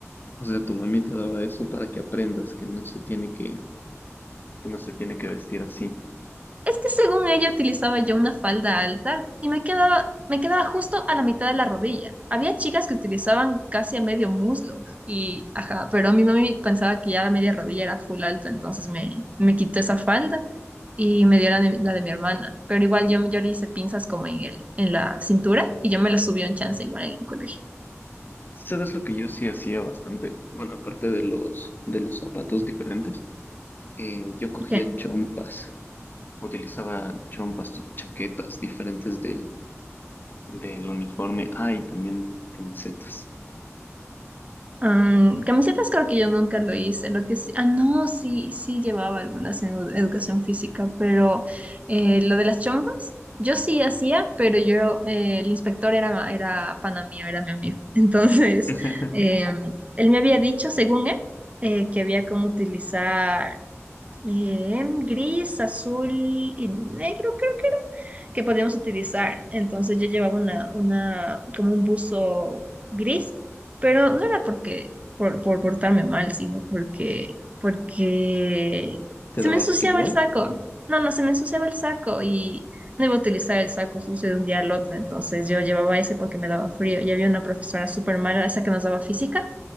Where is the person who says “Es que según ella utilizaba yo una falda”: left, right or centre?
Right